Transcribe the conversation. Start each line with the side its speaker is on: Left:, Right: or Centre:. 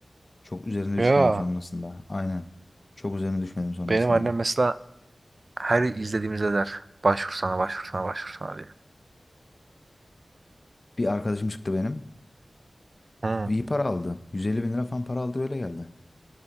Left: çok üzerine düşmedim
Right: Ya
Left: sonrasında. Aynen. Çok üzerine düşmedim sonrasında.
Right: benim annem mesela her izlediğimizde der başvursana başvursana başvursana diye.
Left: Bir arkadaşım çıktı benim.
Right: Hı.
Left: İyi para aldı. 150 bin lira falan para aldı öyle geldi.